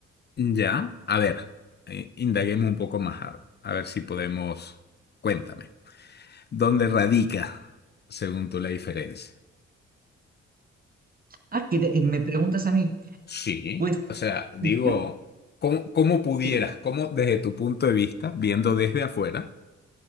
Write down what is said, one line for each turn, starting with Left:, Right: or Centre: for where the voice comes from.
Left: Ya, a ver, eh, indaguemos un poco más, a ver, a ver si podemos. Cuéntame, ¿dónde radica, según tú, la diferencia?
Right: Ah, que te- me preguntas a mí.
Left: Sí,
Right: Pues
Left: o sea, digo,
Right: yo,
Left: ¿cómo, cómo pudieras,
Right: sí.
Left: cómo desde tu punto de vista, viendo desde afuera,